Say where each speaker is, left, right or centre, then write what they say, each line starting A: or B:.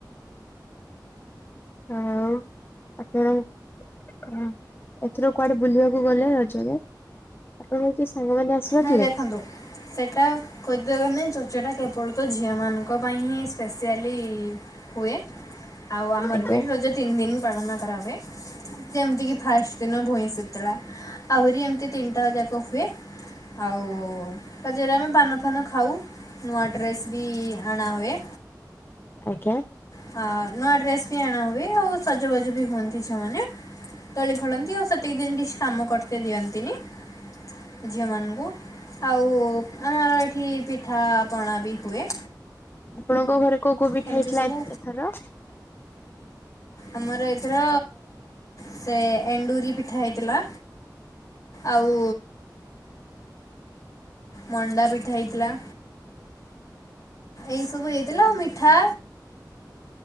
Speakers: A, on the left (about 30°); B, on the left (about 45°).
A: ଆଉ ଆପଣ ହଁ ଏଥର କୁଆଡେ ବୁଲିବାକୁ ଗଲେ ରଜରେ ଆପଣ ହୋଉଚି ସାଙ୍ଗମାନେ। ଆସିନଥିଲେ?
B: ନାଇଁ ଦେଖନ୍ତୁ। ସେଇଟା ଖୋଦେବ ନାହିଁ ଚର୍ଚଟା କେବଳ ତ ଝିଅମାନଙ୍କ ପାଇଁ ହିଁ ସ୍ପେସିଆଲି ହୁଏ ଆଉ ଆମର
A: ଆଜ୍ଞା
B: ବିଟ ହଉଛ ତିନି ଦିନ ପାଳନ କରା ଯେମିତି କି ଫାଷ୍ଟ ଦିନ ଭଇଁସତଥିଲା ଆହୁରି ଏମିତି ତିନିଟା ଯାକ ହୁଏ। ଆଉ ତା ଯରୋ ଆମେ ପାନ ଫାନ ଖାଉ। ନୂଆ ଡ୍ରେସ ବି ଆନା ହୁଏ।
A: ଆଜ୍ଞା।
B: ହଁ ନୂଆ ଡ୍ରେସ ବି ଆଣା ହୁଏ ଆଉ ସଜବଜ ବି ହୁଅ ଦି ଝିଅ ମାନେ ଦୋଳି ଖୋଳନ୍ତି ଆଉ ସେତିକି ଦିନ କିଛି କାମ କରି ତ ଦିଅନ୍ତିନି ଝିଅମାନଙ୍କୁ ଆଉ ଆମର ଏଠି ପିଠାପଣା ବି ହୁଏ।
A: ଆପଣଙ୍କ ଘରେ କୋଉ କୋଊ ପିଠା
B: ଏମିତି
A: ହେଇଥିଲା
B: ସବୁ
A: ଏ ଏଥର।
B: ଆମର ଏଥିର ସେ ଏଣ୍ଡୁରି ପିଠା ହେଇଥିଲା। ଆଉ। ମଣ୍ଡା ପିଠା ହେଇଥିଲା। ଏଇ ସବୁ ହେଇଥିଲା ଆ ମିଠା